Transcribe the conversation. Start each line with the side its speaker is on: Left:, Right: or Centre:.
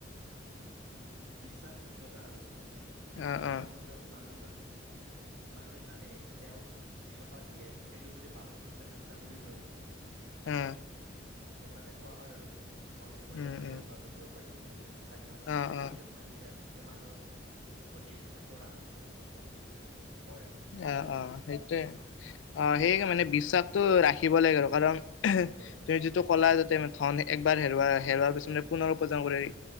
Right: বিশ্বাসযোগ্যতা আৰু।
Left: অ
Right: কাৰণ
Left: অ অ
Right: মানুহ যে মানুহ মানুহে জানেই যে তেওঁ যি কথা দিয়ে সেইটো যদি পালন কৰিবলৈ চেষ্টা কৰিবই।
Left: উম।
Right: সেইকাৰণে কোৱা হয় আৰু ধন হেৰুৱালেও
Left: উম
Right: পুনৰ
Left: উম
Right: উপাৰ্জন কৰিব পাৰি কিন্তু যদি। বিশ্বাস এটা
Left: অ
Right: এবাৰ
Left: অ
Right: যদি ভাঙি যায় তে মানুহৰ প্ৰতি বিশ্বাসটো আণাত- টো মানে বহুত কঠিন বুলি। কয় আৰু জানাইচোন
Left: অ অ সেইটোৱে অ
Right: উম
Left: সেই মানে বিশ্বাসটো ৰাখিব লাগে আৰু কাৰণ-
Right: ৰাখিব লাগে
Left: তুমি যিটো ক'লা যাতে ধন একবাৰ হেৰুৱা হেৰুৱাৰ পিছত পুনৰ উপাৰ্জন কৰিব পাৰি